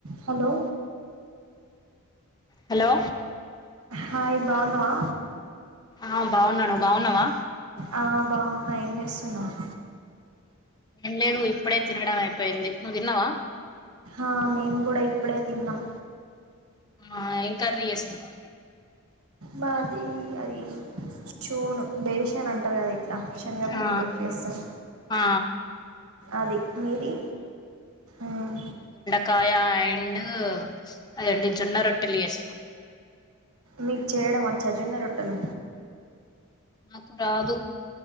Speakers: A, on the right; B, on the left.
A: హలొ
B: హలో
A: హాయ్ బావున్నావా
B: ఆ బాగున్నా నువ్వు బాగున్నావా?
A: ఆ బాగున్న. ఏంచేస్తున్నావ్?
B: ఏం లేదు ఇప్పుడె తినడం అయిపోయింది నువ్వు తిన్నావ?
A: ఆ మేము కూడ ఇప్పుడే తిన్నాం
B: ఆ ఏం కర్రీచేస్తున్నావ్
A: మాది అది షోను బేషన్ అంటారు కదా ఇ రా శనగ పిండితోటి
B: ఆ
A: చేస్తారు
B: ఆ
A: అది మీది ఉమ్
B: కాయ అండ్ అదండి జొన్న రొట్టెలు చేసినాం
A: మీకు చేయడం వచ్చ జొన్న రొట్టెలు
B: నాకు రాదు